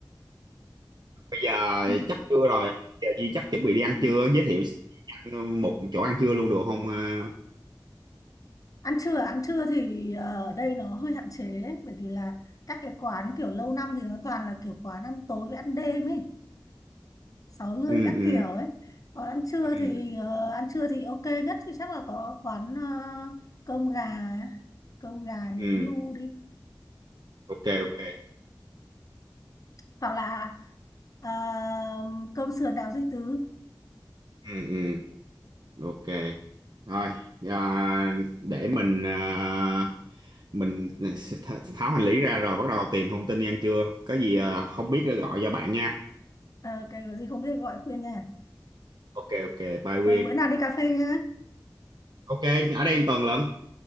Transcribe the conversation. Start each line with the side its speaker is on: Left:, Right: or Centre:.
Right: bây giờ
Left: <laughs>
Right: chắc trưa rồi giờ Duy chắc chuẩn bị đi ăn
Left: Ừ.
Right: trưa giới thiệu một chỗ ăn trưa luôn được không Ờ,
Left: ăn trưa à? ăn trưa thì ờ, ở đây nó hơi hạn chế ấy, bởi vì là các cái quán kiểu lâu năm thì nó toàn là kiểu quán ăn tối với ăn đêm ấy sáu lươn
Right: ừ,
Left: các
Right: ừ,
Left: kiểu ấy còn ăn trưa
Right: ừ,
Left: thì ờ, ăn trưa thì ok nhất thì chắc là có quán ờ, cơm gà cơm gà nướng
Right: ừ.
Left: lu đi
Right: ok ok
Left: hoặc là ờ, cơm sườn đào duy tứ
Right: ừ, ừ. ok thôi à, để mình à, mình th- tháo hành lý ra rồi bắt đầu tìm thông tin đi ăn trưa có gì à, không biết nữa gọi cho bạn nha
Left: Ờ, cái gì không biết gọi khuyên nha
Right: ok ok bye
Left: Ờ,
Right: Quyên
Left: bữa nào đi cà phê nhá
Right: ok ở đây em Tuần lận